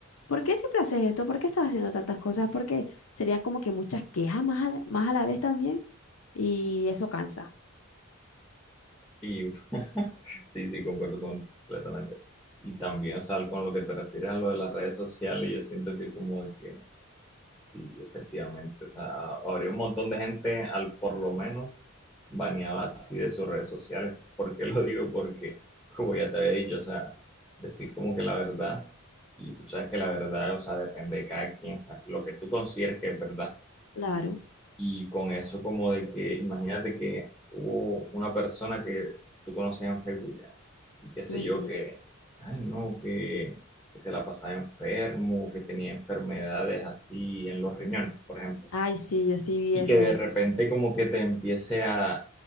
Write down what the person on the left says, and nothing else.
¿por qué siempre haces esto? ¿Por qué estás haciendo tantas cosas? Porque serían como que muchas quejas más a la, más a la vez también y eso cansa.
Claro.
Ujú.
Ay, sí, yo sí vi
eso.